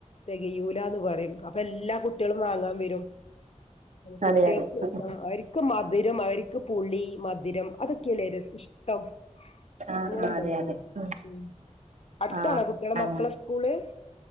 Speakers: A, on the left; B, on the right.
A: തെകയൂല എന്ന് പറയും അപ്പ എല്ലാ കുട്ടികളും വാങ്ങാൻ വരും <inaudible> കുട്ടികൾക്ക്
B: അതെ അതെ
A: ആ അവർക്ക് മ മധുരം അവർക്ക് പുളി മധുരം അതൊക്കെയരല്ലേ ഇഷ്ടം
B: ആ
A: അങ്ങനെ
B: ആ
A: ഉണ്ടല്ലോന്ന്
B: അതെ അതെ മ്
A: ഉം അടുത്താണോ
B: ആ
A: കുട്ടികളെ
B: അങ്ങനെ
A: മക്കളെ സ്കൂള്